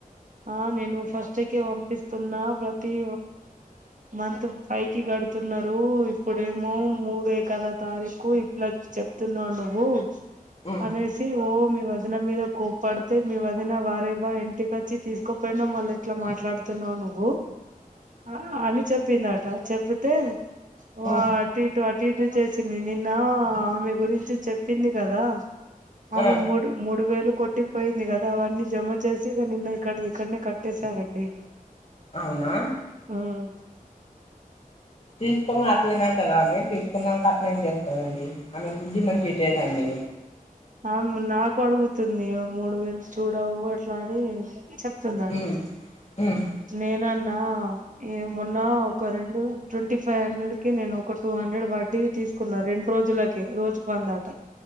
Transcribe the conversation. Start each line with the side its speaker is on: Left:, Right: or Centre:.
Right: ఆ నేను ఫస్ట్ కి పంపిస్తున్న ప్రతి మంత్ ఫైవ్ కి గడుతున్నారు ఇప్పుడేమో మూడు కదా తారీకు ఇట్లా చెప్తున్నావు నువ్వు
Left: ఉం
Right: అనేసి ఓ మీ వదిన మీద కోప్పడితే మీ వదిన వారేవా ఇంటికి వచ్చి తీసుకోపోయినా మళ్ళీ ఇట్లా మాట్లాడుతున్నావు నువ్వు అని ఆ చెప్పిందట చెప్పితే వా
Left: ఆ
Right: అటు ఇటు అటు ఇటు చేసింది నిన్న ఆమె గురించి చెప్పింది కదా ఆమె
Left: ఆ
Right: మూడు మూడు వేలు కొట్టి పోయింది కదా అవన్నీ జమ చేసి ఇక నిన్న ఇక్కడ ఇక్కడనే కట్టేసారండి
Left: అవునా
Right: ఉం
Left: తీసుకుొని <unintelligible> అట్లేదంట కదాని తీసుకునిక అట్లేం చేస్తదండి అమె బుద్ధి మనకి ఇలేదండి
Right: అవును మళ్ళీ నాకు అడుగుతుంది మూడు వేలు చూడవు అట్లా అని చె స్తుందండి
Left: ఉమ్ ఉమ్
Right: నేనన్నా ఏ మొన్నా ఒక రెండు ట్వంటీ ఫైవ్ హండ్రెడ్ కి నేను ఒక టూ హండ్రెడ్ వడ్డీ తీసు కున్న రెండు రోజులకే రోజుకు వందాట